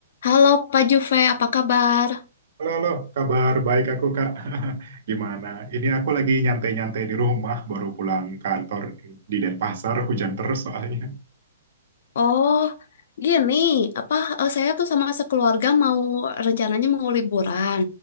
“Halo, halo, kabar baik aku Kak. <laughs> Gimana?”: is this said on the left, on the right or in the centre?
Right